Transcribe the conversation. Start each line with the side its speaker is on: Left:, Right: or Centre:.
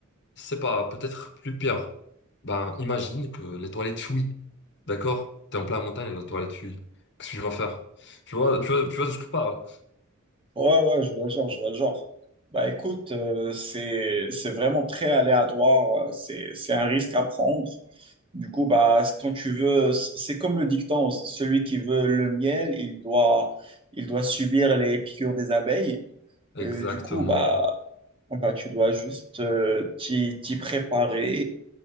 Left: je sais pas, peut-être plus pire. Ben, imagine que les toilettes fuient. D'accord? T'es en plein montagne et les toilettes fuient. Qu'est-ce que tu vas faire? Tu vois, tu vois, tu vois de ce que je parle?
Right: Ouais, ouais, je vois le genre, je vois le genre. Bah écoute, euh, c'est, c'est vraiment très aléatoire, euh, c'est, c'est un risque à prendre. Du coup, bah, quand tu veux, c'est comme le dicton, celui qui veut le miel, il doit, il doit subir les piqûres des abeilles.
Left: Exactement.
Right: Euh, du coup, bah, Ah Bah, tu dois juste euh, t'y t'y préparer